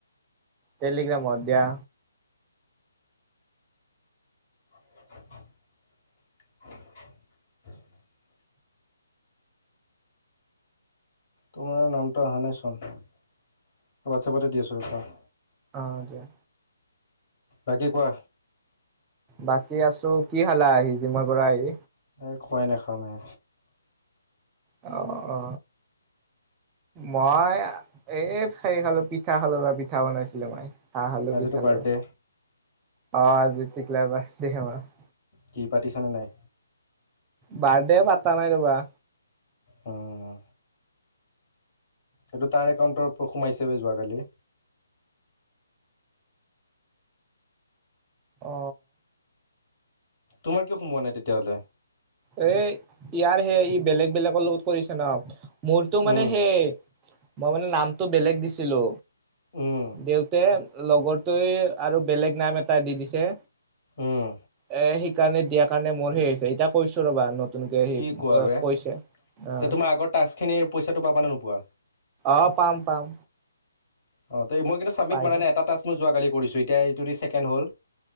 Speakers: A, on the right (about 20°); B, on the left (about 45°).
A: টেলিগ্ৰামত দিয়া।
B: <unintelligible> তোমাৰ নামটো অহা নাইচোন হোৱাটছএপতে দি আছো ৰখা।
A: অহ দিয়া।
B: বাকী কোৱা।
A: বাকী আছো কি খালা আহি জিম পৰা আহি।
B: এই খোৱাই নাই নাখাম হে।
A: অ অ অ। মই এ খেৰি খালো পিঠা খালো বা পিঠা বনাইছিলে মাই। হা হালো
B: আজিতো
A: পিঠাল
B: বাৰ্থডে
A: আৰু অ আ তিকলা বাছ দে মাৰ। <unintelligible>
B: কি পাতিছনে নাই।
A: বাৰ্ডে পাতা নাই ৰবা।
B: উম সেইটো তাৰ একাউণ্টৰত সোমাইছে যোৱাকালি।
A: অ।
B: তোমাৰ কিয় সোমোৱা নাই তেতিয়া হ'লে।
A: এ ইয়াৰ সে ই বেলেগ বেলেগৰ লগত কৰিছে ন মোৰতো মানে
B: উম
A: হেই। মই মানে নামটো বেলেগ দিছিলো।
B: উম
A: দেউত লগৰটোৱে আৰু বেলেগ নাম এটা দি দিছে।
B: উম
A: এ সেই কাৰণে দিয়াৰ কাৰণে মোৰ সেই হৈছে এতিয়া কৈছো ৰবা নত নতুন কে সি
B: কি কোৱা বে
A: কৈছে
B: তে
A: অ।
B: তোমাৰ আগৰ টাস্ক খিনিৰ পইচাটো পাবা নে নোপোৱা।
A: অ পাম পাম।
B: অ মই কিন্তু চাবমিট
A: পাই
B: <unintelligible> মানে
A: যাম
B: এটা টাষ্ট মই যোৱাকালি কৰিছোঁ এতিয়া এইটো ছেকেণ্ড হ'ল।